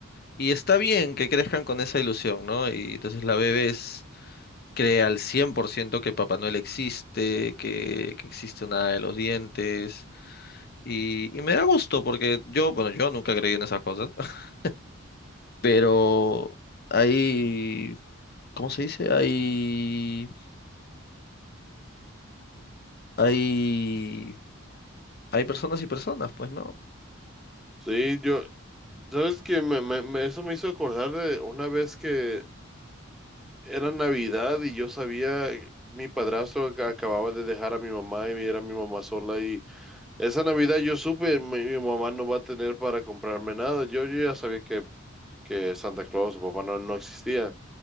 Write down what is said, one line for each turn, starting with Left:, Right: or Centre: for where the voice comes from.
Left: Y está bien que crezcan con esa ilusión, ¿no? Y entonces la bebé es cree al 100% que Papá Noel existe, que, que existe una hada de los dientes. Y, y me da gusto porque yo, bueno, yo nunca creí en esas cosas, <laughs> pero hay, ¿cómo se dice? Hay, hay, hay personas y personas, pues, ¿no?
Centre: sí, yo, ¿sabes qué? Me, me- me- eso me hizo acordar de una vez que era Navidad y yo sabía, mi padrastro ac- acababa de dejar a mi mamá y era mi mamá sola y esa Navidad yo supe, mi, mi mamá no va a tener para comprarme nada. Yo, yo ya sabía que, que Santa Claus o papá no, no existía.